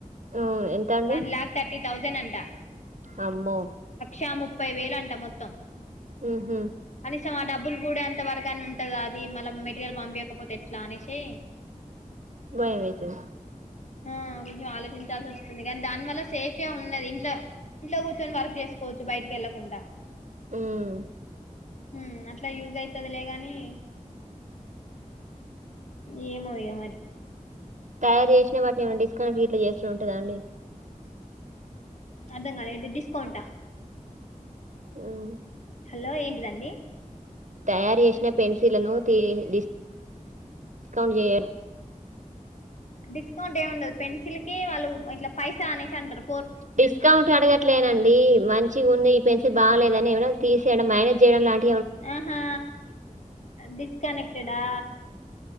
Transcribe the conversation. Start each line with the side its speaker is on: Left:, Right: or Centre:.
Right: ఆ ఎంత అండి
Left: వన్ లాక్ థర్టీ తౌసండ్ అంటా
Right: అమ్మో
Left: యా ముప్పై వేలు అంటా మొత్తం
Right: ఉహు
Left: కొంచెం ఆ డబ్బులు కూడే అంత వరకన్న ఉంటది అది మళ్ళ మెటీరియల్ పంపియకపోతే ఎట్లా అనేషి
Right: భయం అయితది
Left: ఆ కొంచెం ఆలోచించాల్సి వస్తుంది కానీ దానివల్ల సేఫ్ ఏ ఉన్నది ఇంట్ల ఇంట్లో కూర్చొని వర్క్ చేసుకోవచ్చు బయటికెళ్ళకుండా
Right: ఉమ్
Left: ఉమ్ అట్లా యూస్ అయితదిలే కానీ ఏమో ఇగ మరి
Right: తయారు చేసిన వాటిని ఏమైనా డిస్కౌంట్ గిట్ల చేసుడు ఉంటదా అండి
Left: అర్థంకాలే ఏంటిది డిస్కౌంట్ ఆ
Right: ఉమ్
Left: హలో ఏంటిదండి
Right: తయారు చేసిన పెన్సిల్లను తీ డిస్క్ స్కౌంట్ చేయరు
Left: డిస్కౌంట్ ఏం ఉండదు పెన్సిల్ కి వాళ్ళు ఇట్లా పైస అనేసి అంటరు
Right: డిస్కౌంట్ అడగట్లేనండి మంచిగ ఉన్నాయి ఈ పెన్సిల్ బాలేదని ఎవరన్నా తీసేయడం మ్యానేజ్ చేయడం లాంటి
Left: ఆహా డిస్కనెక్టేడ్ ఆ